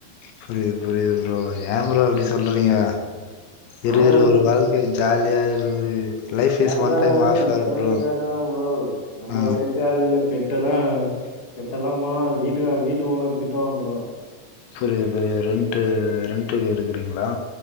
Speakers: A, on the left; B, on the left.
A: புரியுது புரியுது ப்ரோ ஏன் ப்ரோ அப்படி சொல்றீங்க இருக்கிற
B: ஆமா
A: ஒரு வாழ்க்க ஜாலியா இருந்து லைஃப்
B: கரெக்டு
A: இஸ் ஒன்
B: தா
A: டைம்
B: ப்ரோ
A: ஆஃபர்
B: நீங்க சொல்றது
A: ப்ரோ
B: கரெக்ட் தா ப்ரோ நம்மள
A: ஆ
B: வளக்கறதுக்கே ஆள் இல்ல பெட்டல்லா பெட்டல்லா போனா வீட்டுக்கார் வீட்டு ஓனர் திட்டுவாங்க ப்ரோ
A: புரியுது புரியது ரெண்ட்டு ரெண்ட்டுக்கு இருக்குறீங்களா